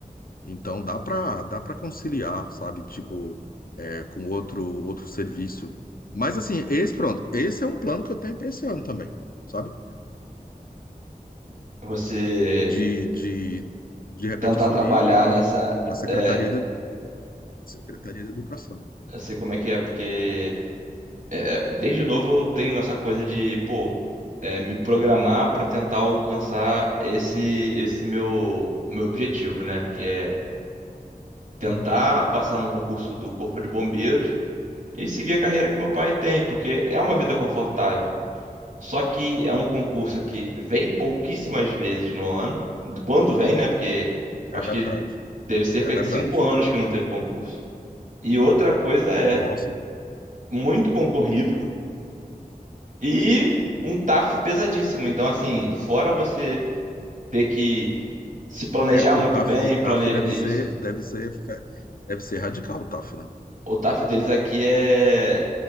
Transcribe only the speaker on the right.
Você
tentar
trabalhar
nessa.
É,
eu sei como é que é, porque é, desde novo eu tenho essa coisa de, pô, é, me programar pra tentar alcançar esse esse meu, meu objetivo, né? Que é tentar
passar num concurso do Corpo de Bombeiros e seguir a carreira que meu pai tem, porque é uma vida confortável. Só que é um concurso que vem pouquíssimas vezes no ano. Quando vem, né? Porque acho
que
teve cerca
de cinco anos que não teve concurso. E outra coisa é
muito concorrido e um TAF pesadíssimo. Então, assim, fora você ter que se planejar
muito
bem,
planejar
isso,
o TAF deles aqui é